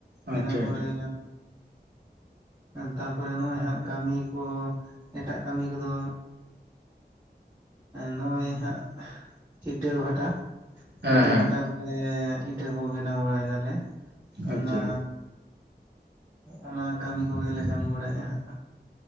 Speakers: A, on the right; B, on the right.
A: ᱟᱪᱪᱷᱟ
B: ᱤᱱᱟᱹ ᱯᱚᱨᱮ
A: ᱟᱪᱪᱷᱟ
B: ᱛᱟᱯᱚᱨᱮ ᱱᱚᱜᱼᱚᱭ ᱦᱟᱸᱜ ᱠᱟᱹᱢᱤ ᱠᱚ ᱮᱴᱟᱜ ᱠᱟᱹᱢᱤ ᱠᱚᱫᱚ ᱱᱚᱜ ᱚᱭ ᱦᱟᱸᱜ ᱤᱴᱟᱹ ᱵᱷᱟᱴᱟ
A: ᱦᱮᱸ
B: ᱤᱴᱟᱹ
A: ᱦᱮᱸ
B: ᱵᱷᱟᱴᱟ ᱠᱚᱨᱮ ᱤᱴᱟᱹ ᱠᱚ ᱵᱮᱱᱟᱣ ᱵᱟᱲᱟᱭᱮᱫᱟᱞᱮ ᱚᱱᱟ
A: ᱟᱪᱪᱷᱟ
B: ᱚᱱᱟ ᱠᱟᱹᱢᱤ ᱠᱚᱜᱮᱞᱮ ᱠᱟᱹᱢᱤ ᱵᱟᱲᱟᱭᱮᱫᱼᱟ ᱦᱟᱸᱜ